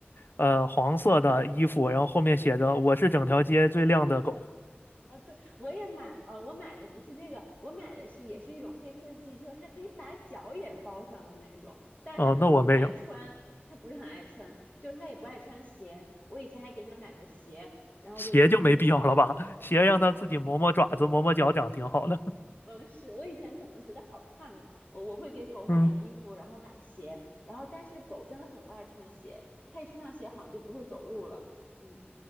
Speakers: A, on the left (about 60°); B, on the left (about 30°).
A: 呃黄色的衣服，然后后面写着“我是整条街最靓的狗”。
B: 呃，对，我也买，呃，我买的不是这个，我买的是也是一种黑科技，就是它可以把脚也包上的那种，但是它不是很爱穿，
A: 哦，那我没有，
B: 它不是很爱穿，就是它也不爱穿鞋。我以前还给它买过鞋，然后就穿上很漂亮。
A: 鞋就没必要了吧？<laughs> 鞋让它自己磨磨爪子、磨磨脚掌挺好的。
B: 嗯，是我以前可能觉得好看，我我会给狗买衣服，
A: <laughs> 嗯
B: 然后买鞋，然后但是狗真的很不爱穿鞋，它一穿上鞋好像就不会走路了。嗯，